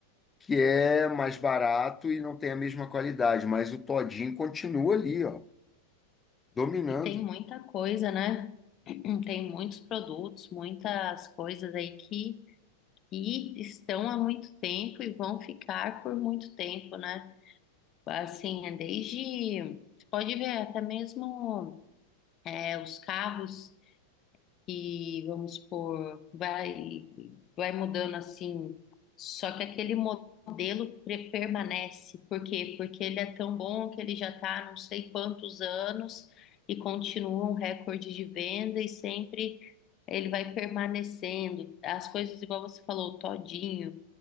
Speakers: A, on the left; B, on the left.
A: que é mais barato e não tem a mesma qualidade, mas o Todinho continua ali, ó, dominando.
B: E tem muita coisa, né? <clears throat> Tem muitos produtos, muitas coisas aí que que estão há muito tempo e vão ficar por muito tempo, né? Assim, é desde. Você pode ver até mesmo é, os carros que, vamos por vai, vai mudando assim, só que aquele modelo pre- permanece. Por quê? Porque ele é tão bom que ele já está não sei quantos anos e continua um recorde de venda e sempre. Ele vai permanecendo. As coisas, igual você falou, o todinho